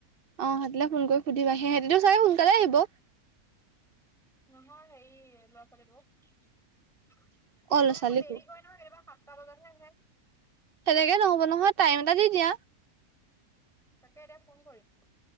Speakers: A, on the right (about 60°); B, in the centre.
A: অ সিহঁতলৈ ফোন কৰি সুধিবা সিহঁতি টো চাগে সোনকালে আহিব।
B: নহয় হেৰি ল'ৰা ছোৱালীবোৰ কেতিয়াবা
A: অ ল'ৰা ছোৱালীবোৰ
B: আকৌ দেৰি কৰে এইবা সাতটা বজাতহে আহে।
A: সেনেকৈ নহ'ব নহয় টাইম এটা দি দিয়া
B: তাকে এতিয়া ফোন কৰিম।